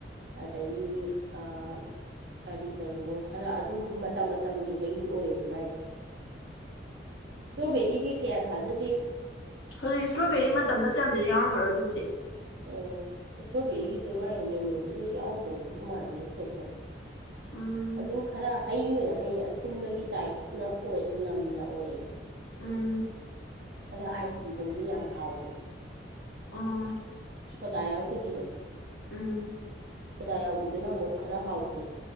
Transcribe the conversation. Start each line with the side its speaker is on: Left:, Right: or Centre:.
Right: ꯑꯗꯒꯤ ꯑ ꯀꯔꯤ ꯀꯔꯤꯅꯣ ꯈꯔ ꯑꯗꯨꯝ ꯃꯇꯝ ꯃꯇꯝꯒꯤ ꯍꯩ ꯑꯣꯏꯌꯦꯕ ꯃꯥꯏꯗꯣ ꯏꯁꯇꯣꯕꯦꯔꯤꯗꯤ ꯀꯌꯥ ꯊꯥꯖꯗꯦ
Left: ꯍꯧꯖꯤꯛ ꯏꯁꯇ꯭ꯔꯣꯕꯦꯔꯤ ꯃꯇꯝ ꯅꯠꯇ꯭ꯔꯕꯅꯤꯅ ꯌꯥꯎꯔꯃꯔꯣꯏ ꯑꯗꯨꯕꯨꯗꯤ
Right: ꯎꯝ ꯏꯁꯇ꯭ꯔꯣꯕꯦꯔꯤꯒꯤꯗꯨ ꯃꯥꯏ ꯃꯦꯅꯨꯗꯨꯗ ꯌꯥꯎꯗꯕꯕꯨ ꯃꯥꯜꯂꯦꯗ ꯊꯦꯠꯄꯗ
Left: ꯎꯝ
Right: ꯑꯗꯨꯝ ꯈꯔ ꯍꯩ ꯑꯣꯏꯅ ꯍꯩ ꯑꯁꯤꯟꯕꯒꯤ ꯇꯥꯏꯠꯅ ꯑꯣꯏ ꯅꯝꯅ ꯑꯣꯏꯌꯦ
Left: ꯎꯝ
Right: ꯑꯗꯣ ꯑꯥꯏꯁꯒꯤꯗꯨꯝꯗꯤ ꯌꯥꯝ ꯍꯥꯎꯕꯅꯦ
Left: ꯑꯥꯝ
Right: ꯁꯣꯗꯥꯥ ꯌꯥꯎꯗꯕꯤꯗꯣ
Left: ꯎꯝ
Right: ꯁꯣꯗꯥ ꯌꯥꯎꯕꯤꯗꯨꯅ ꯑꯃꯨꯛ ꯈꯔ ꯍꯥꯎꯇꯦ꯫